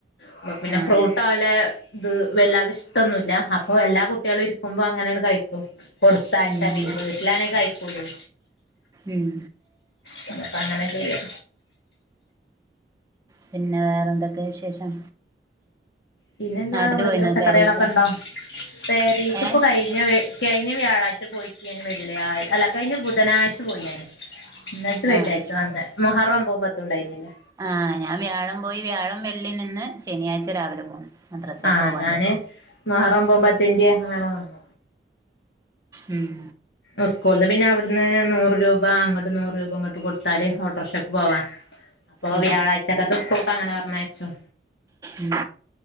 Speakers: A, on the left; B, on the right.
A: അപ്പപിന്നെ
B: ആഹ്
A: ഫ്രൂട്ടോലെ ഇത് വല്ലാതെ ഇഷ്ടൊന്നുല്ല അപ്പോ എല്ലാ കുട്ടികളും ഇരിക്കുമ്പോ അങ്ങനാണ്ട് കഴിക്കും. കൊടുത്തയച്ച
B: ഉം
A: പിന്നെ വീട്ടിലാണെ കയിക്കൂലേ
B: ഉം
A: പിന്നെ പ്പങ്ങനെ ചെയ്യാ.
B: പിന്നെ വേറെ എന്തൊക്കെ വിശേഷം?
A: പിന്നെന്താ
B: നാട്ടില്
A: വീട്ടില്
B: പോയിന്നോ
A: പച്ചക്കറികളൊക്കെ
B: പെരേക്ക്
A: ഉണ്ടോ? പെരീക്ക്
B: ഏഹ്
A: ഇപ്പ കൈ ഞ്ഞ വെ ക്യയിഞ്ഞ വ്യാഴാഴ്ച പോയിട്ട് ഞാൻ വെള്ളിയായി അല്ല കഴിഞ്ഞ ബുധനാഴ്ച്ച പോയി ഞാന്. ഇന്നട്ട് വെള്ളിയാഴ്ച്ച
B: ആഹ്
A: വന്ന് മുഹറം ഒൻപതും പത്തും ഉണ്ടായിന്നില്ലേ.
B: ആഹ് ഞാൻ വ്യാഴം പോയി വ്യാഴം വെള്ളി നിന്ന് ശനിയാഴ്ച രാവിലെ പോന്ന്, മദ്രസേക്കോവാന്.
A: ആഹ് ഞാന് മുഹറം ഒൻപതും പത്തിന്റെ അങ്ങനെ നിന്നു.
B: ഉം.
A: ഉസ്കൂൾന്ന് പിന്നെ അവ്ട്ന്ന് നൂറ് രൂപ അങ്ങട്ടും നൂറ് രൂപ ഇങ്ങോ ട്ടും കൊടുത്താല് ഓട്ടോറിക്ഷക്ക് പോവാ. അപ്പോ
B: ഉം
A: വ്യാഴാഴ്ചക്കത്തെ സ്കൂക്ക് അങ്ങനെ പറഞ്ഞയച്ചും
B: ഉം.